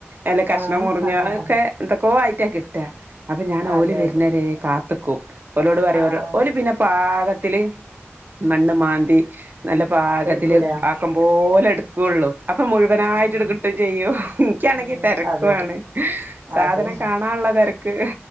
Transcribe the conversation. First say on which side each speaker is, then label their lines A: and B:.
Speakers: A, on the right; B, on the right.
A: എല്ല കഷ്ണം
B: ആഹ്
A: മുറിഞ്ഞു അതൊക്കെ എന്തൊക്കോ ആയി ട്ട്യാ കിട്ടാ അപ്പൊ ഞാൻ
B: അതെ
A: ഓല് വര്ന്നരേ
B: അതെ
A: കാ തുക്കും ഓലോട് പറയോല്ലൊ
B: ആഹ്
A: ഓല് പിന്ന പാക ത്തില് മണ്ണ് മാന്തി നല്ല പാകത്തില്
B: എടുക്കൂലേ
A: ആക്കം പോല എട് ക്കൂള്ളൂ. അപ്പം മുഴുവനായിട്ട്
B: ഉം
A: ട് ക്ക്ട്ടും ചെയ്യും ഇൻക്ക്യാണെങ്കി
B: ഉം
A: തെരക്കുവാണ്.
B: അതെ അതെ
A: സാധനം
B: അതെ
A: കാണാള്ള തെരക്ക്